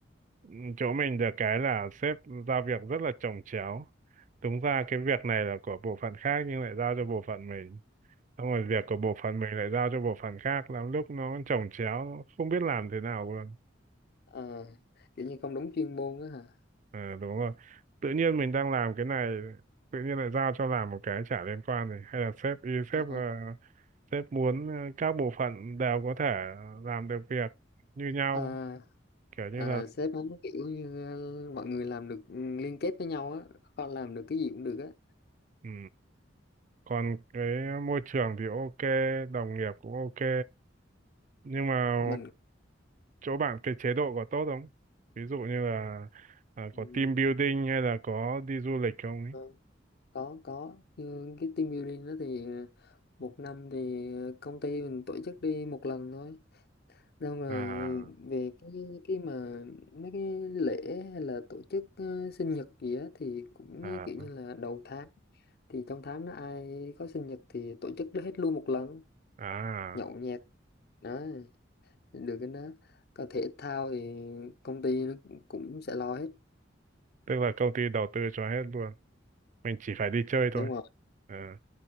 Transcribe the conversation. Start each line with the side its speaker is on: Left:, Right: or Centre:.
Right: Ừ, chỗ mình được cái là sếp giao việc rất là chồng chéo đúng ra cái việc này là của bộ phận khác nhưng lại giao cho bộ phận mình xong rồi việc của bộ phận mình lại giao cho bộ phận khác lắm lúc nó chồng chéo nó không biết làm thế nào luôn
Left: Ờ, kiểu như không đúng chuyên môn á hả
Right: Ờ, đúng rồi tự nhiên mình đang làm cái này tự nhiên lại giao cho làm một cái chả liên quan này hay là sếp ý sếp
Left: Ờ,
Right: là sếp muốn ờ, các bộ phận đều có thể làm được việc như nhau
Left: ờ,
Right: kiểu
Left: ờ,
Right: như là
Left: sếp muốn kiểu như ờ, mọi người làm được ừ, liên kết với nhau á con làm được cái gì cũng được á
Right: ừ. còn cái môi trường thì ok đồng nghiệp cũng ok nhưng mà
Left: mình
Right: chỗ bạn cái chế độ có tốt không ví dụ như là à,
Left: ừ,
Right: có team building hay là có đi du lịch không ấy
Left: có có có nhưng cái team building đó thì ờ, một năm thì ờ, công ty mình tổ chức đi một lần thôi xong rồi
Right: à
Left: ờ, về cái cái mà mấy cái lễ hay là tổ chức ờ, sinh nhật gì á thì cũng
Right: à
Left: kiểu như là đầu tháng thì trong tháng đó ai có sinh nhật thì tổ chức hết luôn một lần
Right: à
Left: nhậu nhẹt đó được cái đó còn thể thao thì công ty nó cũng cũng sẽ lo hết
Right: tức là công ty đầu tư cho hết luôn mình chỉ phải đi chơi thôi
Left: đúng rồi
Right: à.